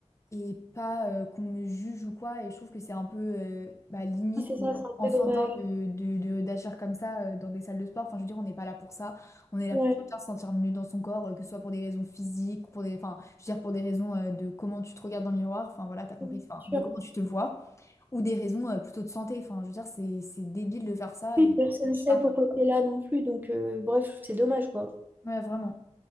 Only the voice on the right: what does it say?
Ouais, c'est ça,
c'est un
peu dommage.
Ouais,
c'est
sûr.
oui,
personne ne
sait
pourquoi t'es là non plus. Donc, euh, bref, c'est dommage, quoi.